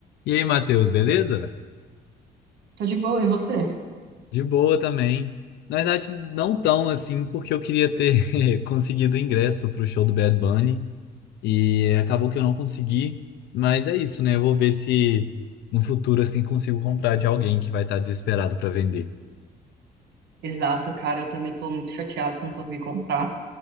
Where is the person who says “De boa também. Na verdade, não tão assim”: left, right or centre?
Left